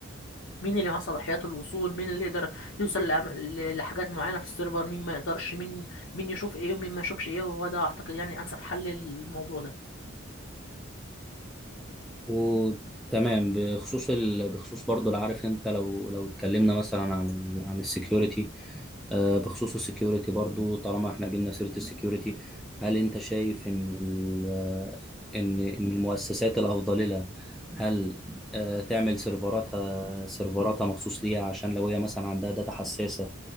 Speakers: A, on the left; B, in the centre.
A: مين اللي معاه صلاحيات الوصول مين اللي يقدر يوصل لأم- ل- لحاجات معينة في السيرفر مين ما يقدرش مين مين يشوف ايه ومين ما يشوفش ايه وهو ده اعتقد يعني انسب حل للموضوع ده
B: وتمام بخصوص ال... بخصوص برضه لو عارف انت لو لو اتكلمنا مثلا عن ال... عن السكيورتي آه بخصوص السكيورتي برضه طالما احنا جبنا سيرة السكيورتي هل انت شايف ان ال... آه، ان ان المؤسسات الافضل لها هل آه تعمل سيرفراتها سيرفراتها مخصوص ليها عشان لو هي مثلا عندها داتا حساسة